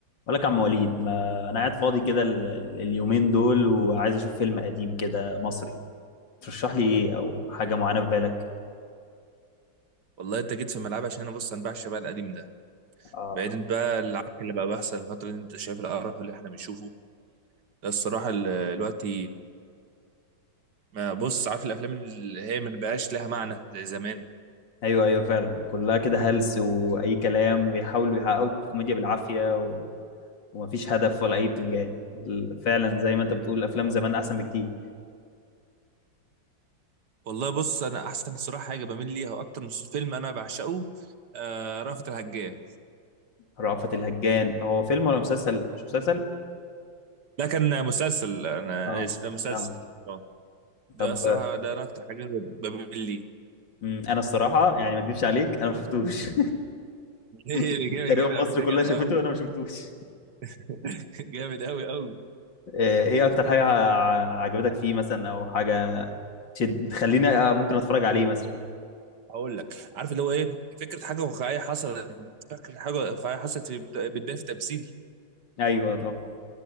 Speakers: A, on the left; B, on the right.
A: بقول لك يا عم وليد ما انا قاعد فاضي كده ال- ال- اليومين دول وعايز اشوف فيلم قديم كده مصري ترشح لي ايه او حاجه معينه في بالك
B: والله انت جيت في ملعب عشان انا بص انا بعشق بقى القديم ده
A: اه
B: بعيدا بقى عن اللي بقى بيحصل الفتره اللي انت شايف القرف اللي احنا بنشوفه ده الصراحه ال- دلوقتي ما بص عارف الافلام اللي هي ما بقاش لها معنى زي زمان
A: ايوه ايوه فعلا كلها كده هلس واي كلام ويحاولوا يحققوا الكوميديا بالعافيه و... ومفيش هدف ولا اي بتنجان ال- فعلا زي ما انت بتقول افلام زمان احسن بكتير
B: والله بص انا احسن الصراحه حاجه بميل ليها واكتر من فيلم انا بعشقه آه رأفت الهجان
A: رأفت الهجان هو فيلم ولا مسلسل مش مسلسل
B: ده كان مسلسل انا
A: اه
B: اسف ده مسلسل
A: اه
B: اه ده
A: طب
B: الصراحه ده انا اكتر حاجه بميل ليه
A: مم، انا الصراحه يعني ما اكذبش عليك انا ما شفتوش
B: <laughs>
A: <laughs>
B: جامد
A: تقريبا
B: جامد على
A: مصر
B: فكره
A: كلها
B: جامد
A: شافته
B: قوي
A: وانا ما شفتوش
B: <laughs> جامد قوي قوي
A: آه، ايه اكتر حاجه ع- عجبتك فيه مثلا او حاجه تشد تخليني آه، ممكن اتفرج عليه مثلا
B: هقول لك عارف اللي هو ايه فكره حاجه واقعيه حصلت فكره حاجه واقعيه حصلت في- بتبان في تمثيل
A: ايوه طبعا